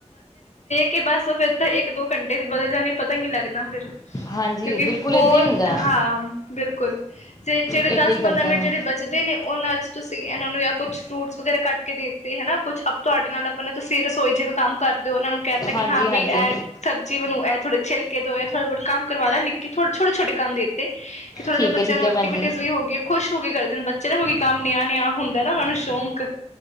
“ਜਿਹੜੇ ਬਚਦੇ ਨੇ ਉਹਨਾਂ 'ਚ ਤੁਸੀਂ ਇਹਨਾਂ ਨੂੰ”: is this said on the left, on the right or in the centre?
Left